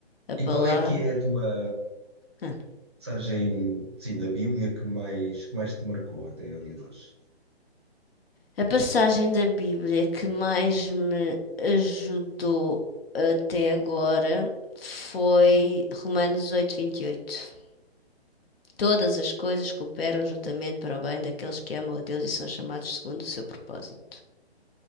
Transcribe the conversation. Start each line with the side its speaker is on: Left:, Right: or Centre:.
Left: a palavra.
Right: E qual é que é a tua
Left: Ah.
Right: passagem assim, da Bíblia que mais, que mais te marcou até ali de hoje?
Left: A passagem da Bíblia que mais me ajudou até agora foi Romanos oito vinte e oito Todas as coisas cooperam juntamente para o bem daqueles que amam a Deus e são chamados segundo o seu propósito.